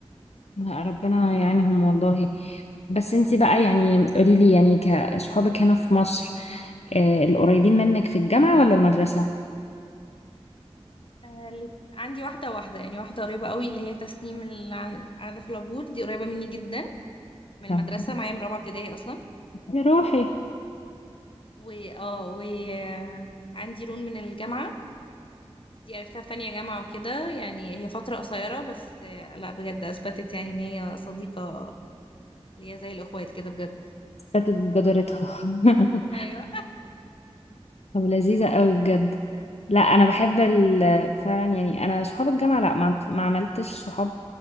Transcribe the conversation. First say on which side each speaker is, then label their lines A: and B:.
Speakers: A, on the left; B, on the left.
A: لا ربنا يعينهم والله بس انتي بقى يعني قوليلي يعني كصحابك هنا في مصر آه القريبين منك في الجامعة ولا المدرسة؟
B: آه، اللي- عندي واحدة واحدة يعني واحدة قريبة قوي اللي هي تسنيم اللي عن- قاعدة في العبور دي قريبة مني جدا من
A: تمام
B: المدرسة معايا من رابعة ابتدائي أصلا
A: يا روحي
B: و اه و آه، عندي رون من الجامعة دي عرفتها في تانية جامعة وكده يعني هي فترة قصيرة بس آه، لا بجد أثبتت يعني إن هي صديقة اللي هي زي الأخوات كده بجد
A: فاتت جدارتها <laughs>
B: ايوه
A: طب لذيذة قوي بجد لا انا بحب ال- فعلا يعني انا صحاب الجامعة لا ما, ما عملتش صحاب